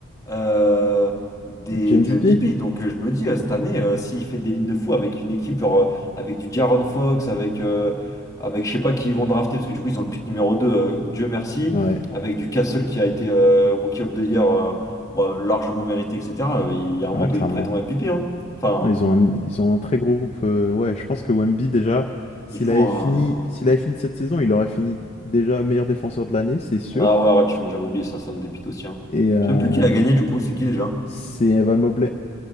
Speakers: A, on the left; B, on the left.
A: euh, des,
B: Du MVP?
A: du MVP. Donc euh, je me dis, euh, cette année, euh, s'il fait des lignes de fou avec une équipe, genre euh, avec du Jaron Fox, avec, euh, avec je sais pas qui ils vont drafter, parce que du coup ils ont le pick numéro 2 euh, Dieu merci,
B: Ouais,
A: avec du Castle qui a été euh, Rookie of the Year euh, bah, largement mérité, etc. euh, Il y a un
B: ah,
A: monde
B: clairement.
A: où il prétend MVP. hein. Enfin,
B: Ah, Ils ont un, ils ont un très gros groupe. euh, ouais, je pense que Wemby, déjà, s'il
A: il faut
B: avait
A: un.
B: fini, s'il avait fini cette saison, il aurait fini déjà meilleur défenseur de l'année, c'est sûr.
A: Ah ouais, ouais, tu- j'avais oublié ça, ça me dépite aussi. Hein.
B: Et euh,
A: Je sais même plus qui l'a gagné du coup, c'est qui déjà?
B: c'est Evan Mobley.